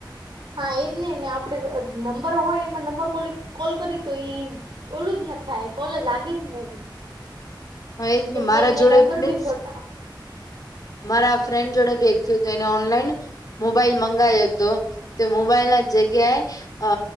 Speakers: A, on the right; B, on the left.
A: હા એજ નહી ને આપડણે નંબર હોય એમાં નંબર કોલ કરી તો એ ઓલું જ ના થાય કોલે લાગે જ નહી.
B: હ એજ
A: કેમ
B: ને મારા
A: એને
B: જોડે
A: લંગર
B: મીન્સ
A: ભી ખોટા.
B: મારા ફ્રેન્ડ જોડે ભી એક થયું હતું એને ઓનલાઈન મોબાઈલ મંગાયો હતો. તો મોબાઈલ ના જ જગ્યાએ. અ